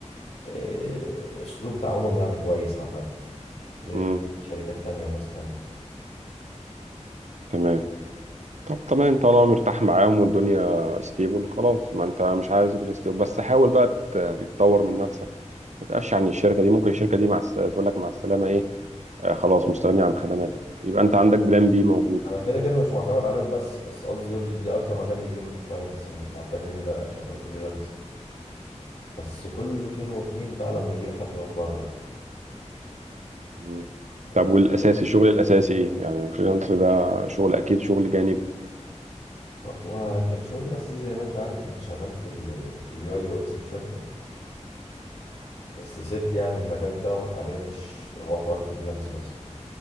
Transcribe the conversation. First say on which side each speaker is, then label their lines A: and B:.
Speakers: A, on the left (about 60°); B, on the right (about 70°).
A: إيه، أسلوب تعاملهم يعني كويس عامة غير
B: امم
A: شركات تانية وناس تانية
B: تمام طب تمام طالما مرتاح معاهم والدنيا ستيبل خلاص ما انت مش عايز غير ستيبل بس حاول بقى ت- تتطور من نفسك ما تقفش عن الشركه دي ممكن الشركه دي مع الس... تقول لك مع السلامه ايه آه خلاص مستغني عن خدماتك يبقى انت عندك بلان بي موجود
A: أنا كده كده مش معتمد عليهم بس بس قصدي دول دي أكتر مكان بيجيلي منه كلاينتس يعني أنت عارفة كده كده شغال فريلانس بس كل فين وفين بقى لما يجي لي حد من بره يعني
B: مم. طب
A: أنا-
B: والاساسي الشغل الاساسي ايه يعني الفريلانس ده شغل اكيد شغل جانبي
A: وكان شغل الأساس زي ما أنت عارف كنت شغال في ال في اليو أي يو إكس في شركة بس سبت يعني المجال ده وحاليا مش هو حوار الفريلانس بس